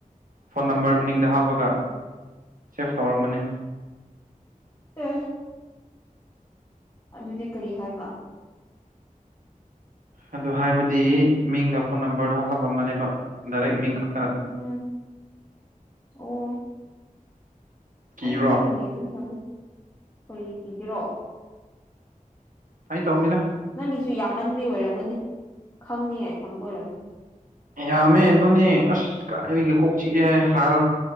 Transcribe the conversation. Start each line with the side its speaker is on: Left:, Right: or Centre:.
Right: ꯐꯣꯟ ꯅꯝꯕꯔ ꯃꯅꯤꯡꯗ ꯍꯥꯞꯄꯒ ꯁꯦꯐ ꯇꯧꯔꯝꯕꯅꯦ
Left: ꯑꯦ ꯑꯗꯨꯗꯤ ꯀꯔꯤ ꯍꯥꯏꯕ
Right: ꯑꯗꯨ ꯍꯥꯏꯕꯗꯤ ꯃꯤꯡꯒ ꯐꯣꯟ ꯅꯝꯕꯔꯗꯣ ꯍꯥꯞꯄꯝꯕꯅꯦꯕ ꯗꯥꯏꯔꯦꯛ ꯃꯤꯡ ꯈꯛ
Left: ꯎꯝ ꯑꯣ
Right: ꯀꯤꯕ꯭ꯔꯣ
Left: ꯑꯩꯗꯤ ꯅꯪꯒꯤ ꯃꯤꯡ ꯑꯗꯨꯝ ꯊꯝꯃꯤ ꯀꯔꯤ ꯀꯤꯒꯦꯔꯣ
Right: ꯐꯥꯒꯤ ꯇꯧꯅꯤꯗ
Left: ꯅꯪꯒꯤꯁꯨ ꯌꯥꯝꯃꯟꯕꯤ ꯑꯣꯏꯔꯝꯒꯅꯤ ꯈꯪꯅꯤꯉꯥꯏ ꯊꯝꯕ ꯑꯣꯏꯔꯝꯅꯤ
Right: ꯌꯥꯝꯃꯦ ꯑꯗꯨꯅꯦ ꯑꯁ ꯀꯗꯥꯏꯗꯒꯤ ꯀꯣꯛ ꯆꯤꯛꯑꯦ ꯍꯥꯜ